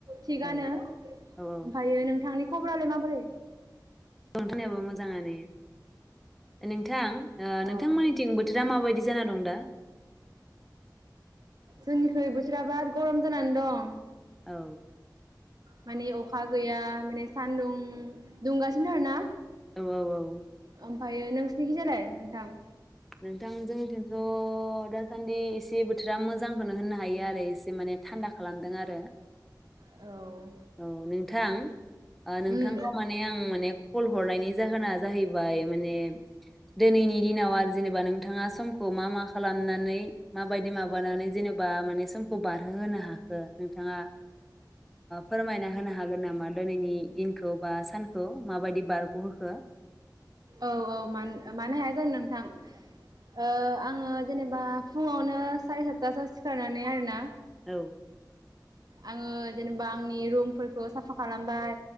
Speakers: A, on the right; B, in the centre.
A: थिगानो
B: औौ
A: ओमफ्रायो
B: औ औ
A: नोंथांनि? खबरालाय माबोरै?
B: नोंथांनियाबो मोजाङानो नोंथां। ओ
A: अ
B: नोंथांमोननिथिं
A: आदसा
B: बोथोरा माबायदि जाना दं दा?
A: जोंनिखुइ बोसोरा बाराद गरम जानानै दं।
B: औ
A: माने अखा गैया माने सानदुं दुंगासिनो आरो ना।
B: औ औ औ
A: ओमफायो नोंसिनिखि जालाय नोंथां?
B: नोंथां जोंथिंथ' दासान्दि एसे बोथोरा मोजांखौनो होननो हायो आरो एसे माने थान्दा खालामदों आरो
A: औ
B: औ नोंथां ओ नोंथांखौ
A: उम
B: माने आं माने कल हरनायनि जाहोना जाहैबाय माने दिनैनि दिनाव आरो जेनेबा नोंथाङा समखौ मा मा खालामनानै माबायदि माबानानै जेनेबा माने समखौ बारहोहोनो हाखो नोंथाङा फोरमायना होनो हागोन नामा दोनैनि दिन खौ बा सानखौ म बायदि बारग' होखो?
A: औ औ मानो मानो हाया जानो नोंथां। ओ आं ओ जेनेबा फुङावनो साराय सातथासोयाव सिखारनानै आरो ना।
B: <inaudible>
A: आङो जेनेबा आंनि रुमफोरखौ साफा खालामबाय